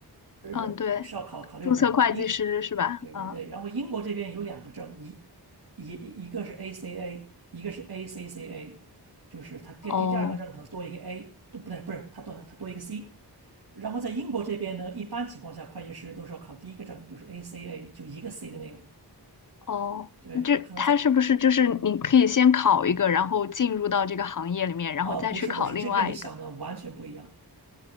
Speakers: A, on the right; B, on the left.
A: 是是要考考六门的，
B: 嗯，对，注册会计师是吧？
A: 英对对，
B: 嗯。
A: 然后英国这边有两个证，一一一个是 ACA，一个是 ACCA，就是它第第第二个证可能多一个
B: 哦
A: A，都不对，不是它多它多一个 C。然后在英国这边呢，一般情况下会计师都是要考第一个证，就是 ACA，就一个 C 的那个。
B: 哦，
A: 对，
B: 就他是不是就是你可以先考一个，
A: 可能在
B: 然后进入到这个行业里面，然后再去考另外一个？
A: 啊、不是博士，这个跟你想的完全不一样。